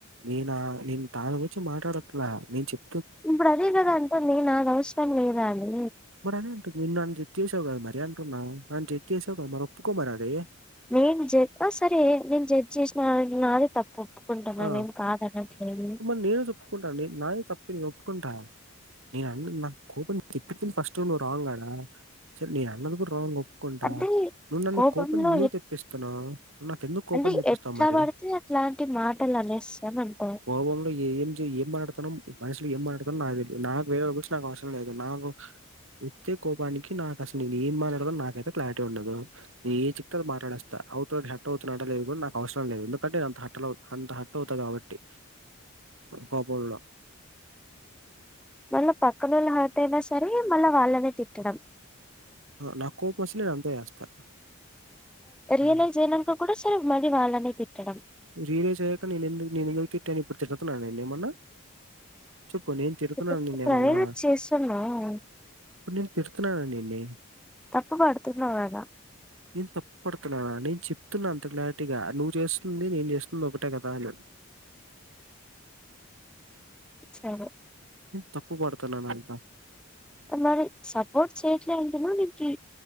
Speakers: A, on the right (about 70°); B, in the centre.
A: నేనా నేన్ తాన్గుచ్చి మాటాడట్లె నేన్ చెప్
B: ఇప్పుడదే గదా అంటుంది నాదవస్రం లేదానీ
A: మరి అదే అంటుంది నిన్ను నన్ జడ్జ్ చేసావ్ గద్ మరీ అంటున్నా అంతె చెసావు గదా మరి ఒప్పుకోమరి అదీ
B: నేను జడ్ ఆ సరే నేను జడ్జ్ చేసిన నాది తప్పు ఒప్పుకుంటున్నాను
A: ఆ
B: ఏం కాదనట్లేదు
A: మరి నేనేజప్పుకుంటాన్ నె నాదె తప్పు నేనోప్పుకుంట నేను అన్ నాక్ కోపం తెప్పింత్తె ఫస్ట్ నువ్ రాంగ్ ఆడా సర్ నేనన్నది గుడా రాంగ్ కుంట
B: అంటే
A: నువ్ నన్ను
B: కోపంలో
A: కోపం ఎందుకు
B: ఎ
A: తెప్పిస్తున్నావ్ నూ నాకెందుకు కోపం
B: అంటే
A: తెప్పిస్తావ్
B: ఎట్లా
A: మరీ
B: పడితే అట్లాంటి మాటలు అనేస్తాం అనుకో
A: కోవంలో ఏం చేయ్ ఏం మాట్డుతన్నాం మనిష్ ఎమ్మటాడ్తనో నాక్ తెలీదు నాక్ వెరోర్ గురించి అవస్రం లేదు నాకు ఒత్తే కోపానికి నాకసలు నేనెం మాట్లాడతనో నాకైతే క్లారిటీ ఉండదూ నే ఏ చిప్తే అ మాట్లాడేస్తా అవుత హట్టౌవుతున్నడా లేదు గూడ నాకవస్రం లేదు ఎందుకంటే ఎ అంత హట్టలౌ అంత హ ఔతా గాబట్టి కోపంలో
B: మళ్ళ పక్కనోళ్ళు హాట్టైనా సరే మళ్ళా వాళ్ళనే తిట్టడం
A: అ నాకోపం ఒచ్చిన నేనంతే చేస్తా
B: రియలైజ్
A: హ్మ్.
B: ఐనంక కూడా సరే మళ్ళీ వాళ్ళనే తిట్టడం
A: రీయలేజ్ ఐయ్యాక నేనెందుకు నేనెం తిట్టానిప్పుడు తిట్తున్నాన నేనమన్నా చెప్పు నేన్ తిడుతున్నాన
B: ఇప్పుడు
A: నిన్నేమన్నా
B: ఇప్పుడు అదే నువ్వు చేస్తున్నావ్
A: ప్పునేన్ తిర్తున్నాన నిన్ని
B: తప్పు పడుతున్నావు కదా
A: నేన్ తప్పుడుతున్నానా నేన చెప్తున్నా అంతె క్లారిటీగ నువ్వు జేస్ స్తుంది నేన్జేస్తుంది ఒకటే కదాని
B: సరె
A: తప్పు పడుతున్నానంట
B: మరి సపోర్ట్ చేయట్లే అంటేనో నేన్ తి